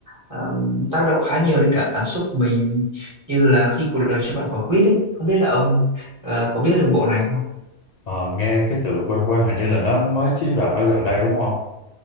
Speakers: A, on the right; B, on the left.
A: ờ, tác động khá nhiều đến cả cảm xúc của mình như là khi cuộc đời cho bạn quả quýt ấy không biết là ông ờ, có biết về bộ này không
B: Ờ, nghe cái tựa quen quen hình như là nó mới chiếu rạp ở gần đây đúng không